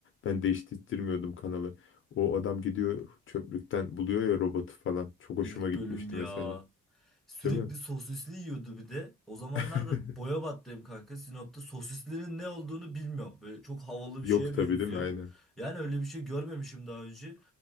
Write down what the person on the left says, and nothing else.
ben değiştirmiyordum kanalı o adam gidiyor çöplükten buluyor ya robotu falan çok hoşuma
gitmişti
mesela
değil mi?
<laughs>
Yok
tabii
değil mi aynen